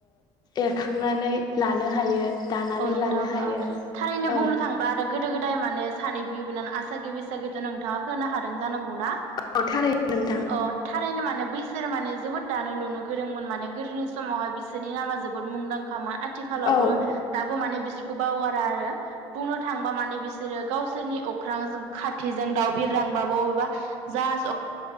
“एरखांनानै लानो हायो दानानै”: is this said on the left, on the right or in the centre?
Left